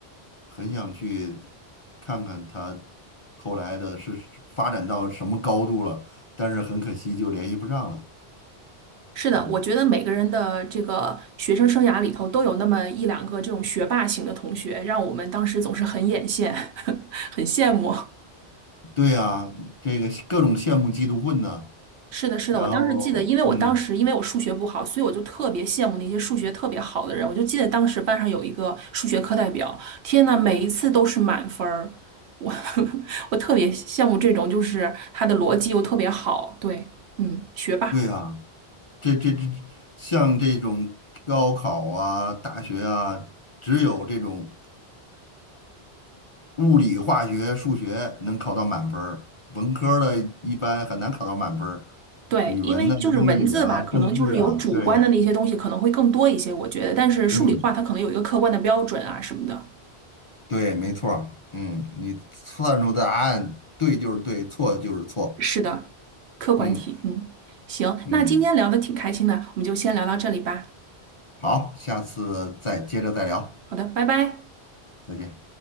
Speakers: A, on the left; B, on the right.
A: 很想去看看他后来的是发展到什么高度了，但是很可惜就联系不上了。
B: 是的，
A: 嗯。
B: 我觉得每个人的这个学生生涯里头都有那么一两个这种学霸型的同学，让我们当时总是很眼羡，<laughs> 很羡慕。
A: 对呀，这个各种羡慕嫉妒恨呐，
B: 是的，是的，
A: 然后嗯，
B: 我当时记得，因为我当时因为我数学不好，所以我就特别羡慕那些数学特别好的人。我就记得当时班上有一个数学课代表，天呐，每一次都是满分儿，我 <laughs> 我特别羡慕这种，就是他的逻辑又特别好，对，嗯，学霸。
A: 对呀，这这这像这种高考啊、大学啊，只有这种物理、化学、数学能考到满分儿，文科儿的一般很难考到满分儿。
B: 对，
A: 语文呢、
B: 因为就是文字吧，
A: 英语啊、
B: 可能就是有主观的那些东西可能会更多一些，
A: 政治啊，对，
B: 我觉得。但是数理化它可能有一个客观的标准啊什么的。
A: 嗯，对，没错儿，嗯，你算出答案对就是对，错就是错，
B: 是的，客观题。
A: 嗯
B: 嗯，行，
A: 嗯，
B: 那今天聊的挺开心的，我们就先聊到这里吧。
A: 好，下次再接着再聊，
B: 好的，拜拜。
A: 再见。